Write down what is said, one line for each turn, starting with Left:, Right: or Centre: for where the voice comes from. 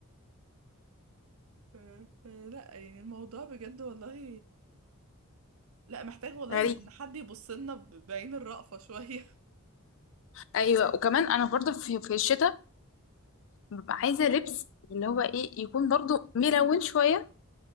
Right: ف- فلا يعني الموضوع بجد والله لا محتاج والله
Left: غريب
Right: ان إن حد يبص لنا ب- بعين الرأفة شوية <laughs>
Left: ايوه وكمان انا برضه في في الشتاء ببقى عايزه لبس اللي هو ايه يكون برضه ملون شويه